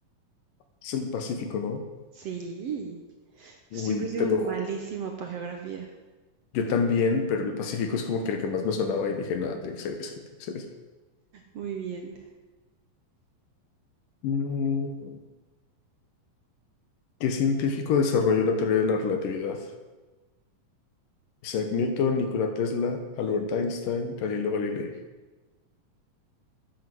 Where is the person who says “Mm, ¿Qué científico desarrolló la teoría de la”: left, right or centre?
Left